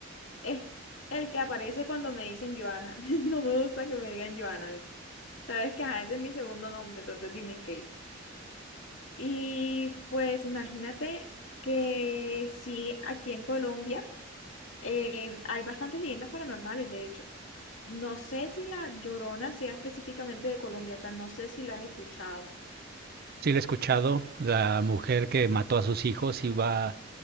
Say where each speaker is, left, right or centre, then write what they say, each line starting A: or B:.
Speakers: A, on the left (about 75°); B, on the right (about 50°).
A: es el que aparece cuando me dicen Joana. <laughs> No me gusta que me digan Joana. Sabes que ajá, ese es mi segundo nombre, entonces dime Kelly. Y pues imagínate que sí, aquí en Colombia eh, hay bastantes leyendas paranormales, de hecho. No sé si la Llorona sea específicamente de Colombia, o sea, no sé si la has escuchado.
B: Sí, la he escuchado, la mujer que mató a sus hijos iba